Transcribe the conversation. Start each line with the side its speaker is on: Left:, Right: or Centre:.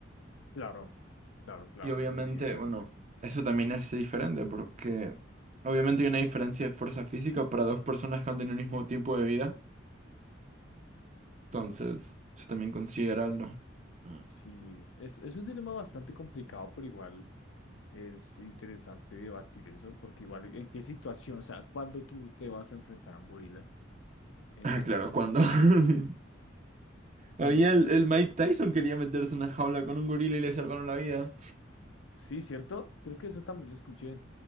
Left: claro, claro, claro,
Right: Y obviamente,
Left: evidentemente.
Right: bueno, eso también es diferente porque obviamente hay una diferencia de fuerza física para dos personas que han tenido el mismo tiempo de vida. Entonces, eso también considerarlo. Mm.
Left: Sí, es, es un dilema bastante complicado, pero igual es interesante debatir eso, porque igual en qué situación, o sea, cuando tú te vas a enfrentar a un gorila, em,
Right: Ah, claro, cuando <laughs>
Left: pero
Right: había el, el Mike Tyson quería meterse en una jaula con un gorila y le salvaron la vida.
Left: Sí, ¿cierto? Creo que eso también lo escuché.